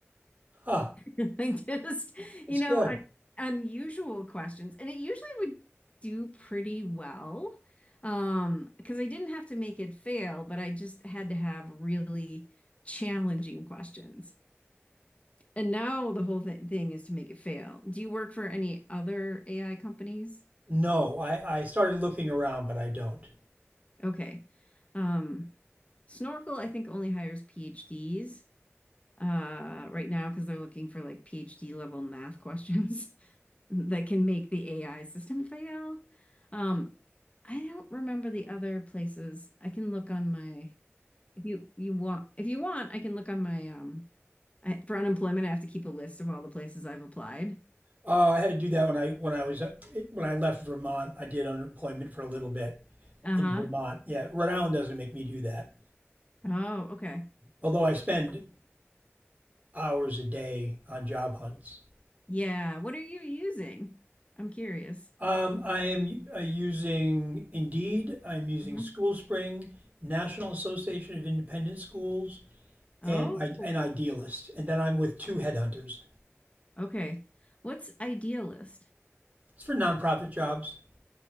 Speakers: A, on the right; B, on the left.
A: Huh.
B: <laughs> Like just,
A: That's
B: you
A: good.
B: know, un- unusual questions. And it usually would do pretty well. Um, because I didn't have to make it fail, but I just had to have really challenging questions. And now the whole th thing is to make it fail. Do you work for any other AI companies?
A: No, I, I started looking around, but I don't.
B: Okay. Um, Snorkel, I think, only hires PhDs. uh, right now because they're looking for like PhD level math questions <laughs> that can make the AI system fail. Um, I don't remember the other places. I can look on my if you you want if you want I can look on my um I, for unemployment I have to keep a list of all the places I've applied.
A: Oh, I had to do that when I when I was uh, when I left Vermont. I did unemployment for a little bit
B: Uh-huh.
A: in Vermont. Yeah, Rhode Island doesn't make me do that.
B: Oh, okay.
A: although I spend hours a day on job hunts.
B: Yeah. What are you using? I'm curious.
A: Um, I am uh, using Indeed, I'm using
B: Mhm.
A: SchoolSpring, National Association of Independent Schools, and
B: Oh,
A: I, and Idealist. And then I'm with two headhunters.
B: okay. What's idealist?
A: It's for nonprofit jobs.